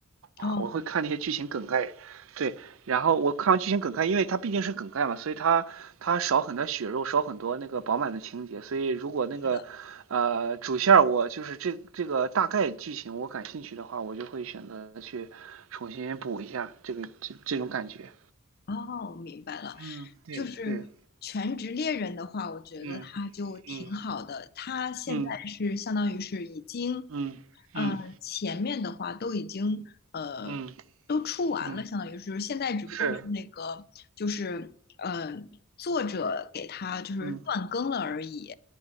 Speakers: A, on the right; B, on the left.
A: 啊，
B: 哦，
A: 我会看那些剧情梗概，
B: 我
A: 对，然后我看完剧情梗概，因为它毕竟是梗概嘛，所以它它少很多血肉，少很多那个饱满的情节，所以如果那个呃主线儿我就是这这个大概剧情我感兴趣的话，
B: 知道。
A: 我就会选择去重新补一下这个这这种感觉。
B: 哦，我明白了，
A: 嗯，对对，
B: 就是全职猎人的话，我觉得他就挺好的。
A: 嗯嗯
B: 他现在是相当于是已经
A: 嗯嗯嗯
B: 呃，前面的话都已经呃都出完了，
A: 嗯嗯，
B: 相当于是就是现在只不过是那个就是呃作者给他就是断更了而已。
A: 是，嗯